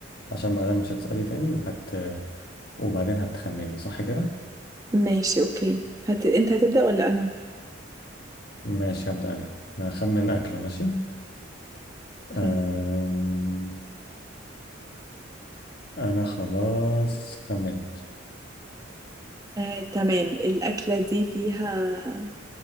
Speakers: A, on the left; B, on the right.
A: عشان بعدين مش هتسألي تاني وهت وبعدين هتخمني صح كده؟
B: ماشي أوكي هت... أنت هتبدأ ولا أنا؟
A: ماشي هبدأ أنا أنا هخمن أكلة ماشي أم...
B: اوكي
A: انا خلاص خمنت
B: آه، تمام الأكلة دي فيها